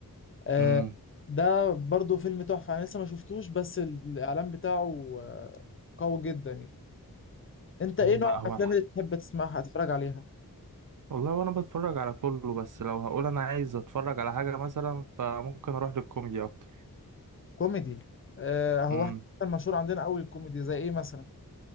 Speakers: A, on the left; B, on the right.
A: آه،
B: امم
A: ده برضو فيلم تحفة انا لسه ما شفتوش بس الاعلان بتاعه آه، قوي جدا يعني انت ايه نوع
B: لا هو
A: الافلام
B: الحق
A: اللي بتحب تسمعها تتفرج عليها
B: والله وانا بتفرج على كله بس لو هقول انا عايز اتفرج على حاجة مثلا فممكن اروح للكوميدي اكتر
A: كوميدي آه، هو
B: امم
A: احنا مشهور عندنا قوي الكوميدي زي ايه مثلا